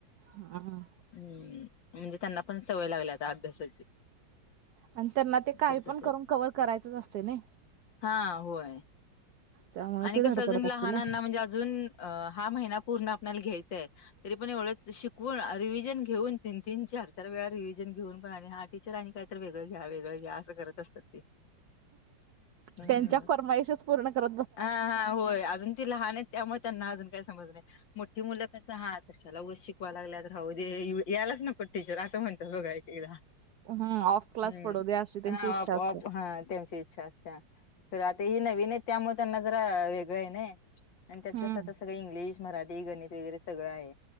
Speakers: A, on the right; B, on the left.
A: हम्म हम्म
B: हम् म्हणजे त्यांना पण सवय लागली आता अभ्यासाची
A: आणि त्यांना ते काही
B: करत असेल
A: पण करून कवर्ह करायचच असते ना
B: हा होय
A: त्यामुळे
B: आणि
A: ते
B: कसं
A: धडपडत
B: अजून लहानांना
A: असतील ओ
B: म्हणजे अजून हा महिना पूर्ण आपल्याला घ्यायचाय तरी पण एवढंच शिकवून रिव्हिजन घेऊन तीन तीन चार चार वेळा रिव्हिजन घेऊन पण आणि ह टीचर आणि काही तर वेगळं घ्या वेगळं घ्या असं करत असतात ते हम्म.
A: त्यांच्या फरमाईशच पूर्ण कर
B: हा हा होय अजून ती लहान आहेत त्यामुळे त्यांना अजून काही समज नाही मोठी मुलं कं हा कशाला उगस शिकवा लागल्यात तर राहऊ दे यायलाच ना पण टीचर असं म्हणतात बघायचीला
A: हम्म ऑफ क्लास
B: हम्म
A: पडू द्या अशी त्यांची
B: हाप
A: इच्छा असते
B: आप हा त्यांची इच्छा असते त्या तर आता ही नवीन आहे त्यामुळे त्यांना जरा वेगळं आहे नाही आणि त्यात
A: हम्म
B: कसं आता सगळं इंग्लिश मराठी गणित वगैरे सगळं आहे